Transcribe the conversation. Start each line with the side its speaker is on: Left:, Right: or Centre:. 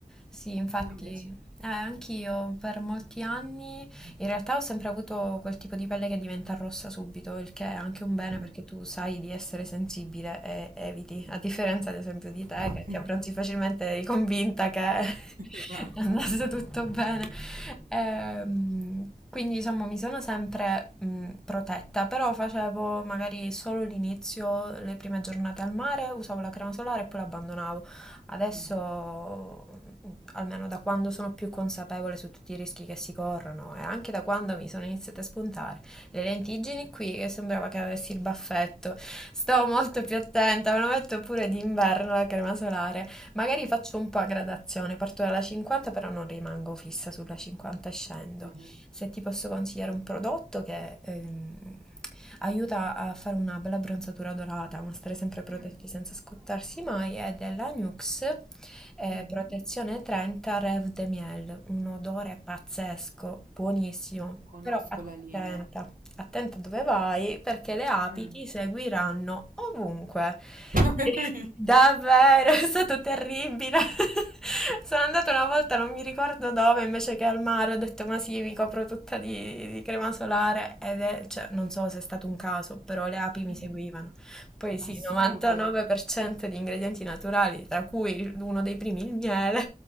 Centre: Sì, infatti,
Right: Tu invece?
Centre: eh, anch'io per molti anni
Right: Mm.
Centre: in realtà ho sempre avuto quel tipo di pelle che diventa rossa subito, il che è anche un bene
Right: Mhm,
Centre: perché tu sai di essere sensibile e eviti,
Right: Sì, sì.
Centre: a differenza ad esempio di
Right: <laughs>
Centre: te che ti abbronzi facilmente, eri convinta che <laughs>
Right: Esatto.
Centre: andasse tutto bene. <laughs> Ehm, quindi diciamo mi sono sempre mh, protetta, però facevo magari solo l'inizio, le prime giornate al mare, usavo la crema solare e poi l'abbandonavo. Adesso,
Right: Mhm.
Centre: mh, almeno da quando sono più consapevole su tutti i rischi che si corrono e anche da quando mi sono iniziate a spuntare le lentiggini qui, che sembrava che avessi il baffetto, sto molto più attenta, me lo metto pure d'inverno la crema solare. Magari faccio un po' a gradazione, parto dalla 50 però non rimango fissa sulla 50 e scendo.
Right: Mhm.
Centre: Se ti posso consigliare un prodotto che ehm, aiuta a fare una bella bronzatura dorata, ma stare sempre protetti
Right: Mm.
Centre: senza scottarsi mai, è della Nux eh,
Right: Mhm.
Centre: Protezione 30 Rêve de Miel, un odore pazzesco, buonissimo,
Right: Conosco
Centre: però
Right: la linea.
Centre: attenta attento dove vai perché le api
Right: Mm.
Centre: ti seguiranno ovunque.
Right: <laughs> Veramente.
Centre: <laughs> Davvero, è stato terribile. <laughs> Sono andata una volta, non mi ricordo dove, invece che al mare, ho detto ma sì, mi copro tutta di, di crema solare ed è, cioè, non so se è stato un caso, però le api mi
Right: Mhm.
Centre: seguivano. Poi sì,
Right: Assurdo.
Centre: 99% di ingredienti naturali, tra cui il- uno dei primi il miele.